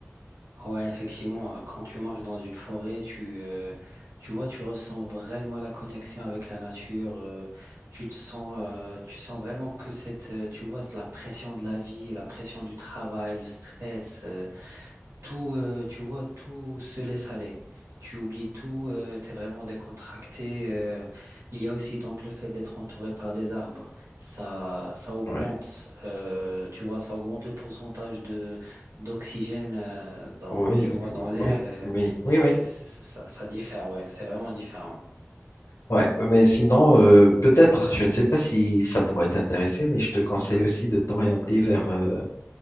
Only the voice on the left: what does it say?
Ouais.
Oui,
oui,
oui,
oui, oui.
Ouais. Mais sinon, euh, peut-être, je ne sais pas si ça pourrait t'intéresser, mais je te conseille aussi de t'orienter vers euh,